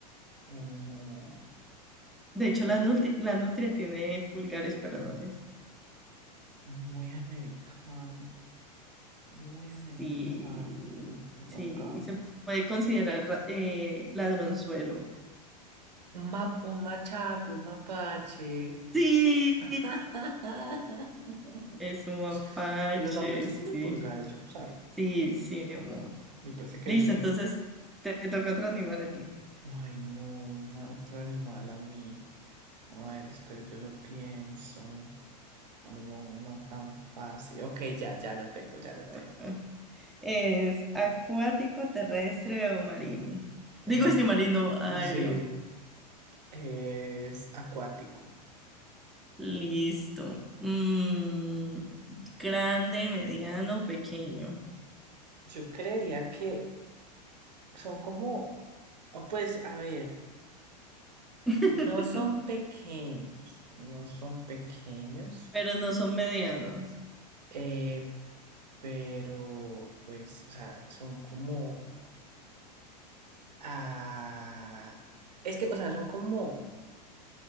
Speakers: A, on the right; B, in the centre.
A: Mm,
B: De hecho, la nutria, la nutria tiene pulgares, pero no es.
A: Muy americano. Muy
B: Sí,
A: americano. Un, un
B: sí,
A: ahorcado.
B: se puede considerar ra- eh, ladronzuelo.
A: Un ma- un machape, un mapache.
B: Sí.
A: <laughs>
B: Es un mapache,
A: Los mapaches
B: sí.
A: tienen pulgares, yo no sabía.
B: Sí, sí, amor.
A: Yo pensé que
B: Listo,
A: eso.
B: entonces te toca otro animal a ti.
A: Ay, no, una- otro animal a mí. A ver, espera, yo lo pienso. Algo no tan fácil. Ok, ya, ya lo tengo,
B: <laughs>
A: ya lo tengo.
B: Es acuático, terrestre o marino. Digo,
A: Es acu-
B: es que marino, aéreo.
A: sí, es acuático.
B: Listo. Mm, grande, mediano, pequeño.
A: Yo creería que son como, ah, pues, a ver,
B: <laughs>
A: no son pequeños, no son pequeños,
B: Pero no son medianos.
A: eh, pero, pues, o sea, son como, ah, es que, o sea, son como